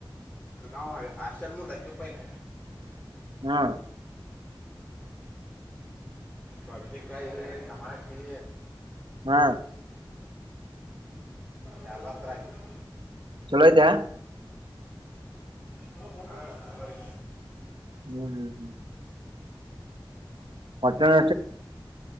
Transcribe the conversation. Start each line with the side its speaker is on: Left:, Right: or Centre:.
Left: ನಾವು ಹಾಸ್ಟೆಲ್ ಮುಂದೆಕ ಪಯಲಿ
Right: ಹಾ
Left: ಬದ್ಮಕಾಯಿ ಟಮಾಟಿ
Right: ಹಾ
Left: ಯ ಅತ್ರ ಆಕಿ <unintelligible>
Right: ಚಲೋ ಐತಾ
Left: ಹ ಚಲೋ ಐತಿ
Right: ಹ್ಮ್ ಹ್ಮ್ ಹ್ಮ್ ಮಟ್ಟನಾ